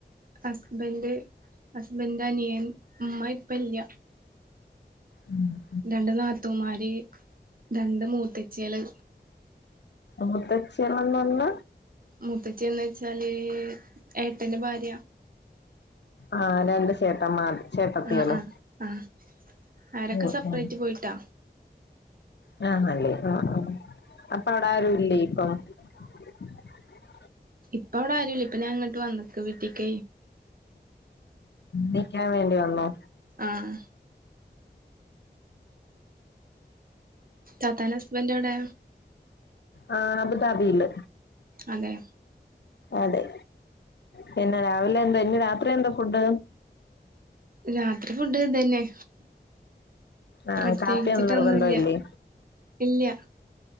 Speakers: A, on the right; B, on the left.
A: ഹസ്ബൻഡ്, ഹസ്ബൻഡിന്റെ അനിയൻ ഉമ്മ ഇപ്പ ഇല്ല
B: ഉം
A: രണ്ട് നാത്തൂൻമാര് രണ്ട് മൂത്തച്ചി കള്
B: മൂത്തച്ചിയള്ന്ന് പറഞ്ഞ
A: മുത്തച്ചിന്ന് വെച്ചാല് ഏട്ടന്റെ ഭാര്യ
B: ആഹ് രണ്ട് ചേട്ടന്മാർ ചേട്ടത്തിയളും
A: ആഹ് ആഹ് ആഹ് അവരൊക്കെ
B: ഉം
A: സെപ്പറേറ്റ്
B: ഉം
A: പോയിട്ടാ
B: ആ അങ്ങനെയാണോ അപ്പൊ അവിടെ ആരു ഇല്ലേ ഇപ്പം <inaudible>
A: ഇപ്പൊ അവിടെ ആരുല്ല ഇപ്പഞാങ്ങട്ട് വന്നേക്ക് വീട്ടീക്ക
B: നിക്കാൻ വേണ്ടി വന്നോ
A: ആഹ് തത്താന്റെ ഹസ്ബൻന്റവിടെ
B: ആ അബുദാബിയില്
A: അതെ
B: അതെ പിന്നെ രാവിലെ എന്താ ഇനി രാത്രി എന്താ ഫുഡ്
A: രാത്രി ഫുഡ് ഇതന്നെ
B: ആഹ്
A: പ്രത്യേകിച്ചിട്ടൊന്നുല്ല
B: കാപ്പിയൊന്നും നിർബന്ധം ഇല്ലേ
A: ഇല്ല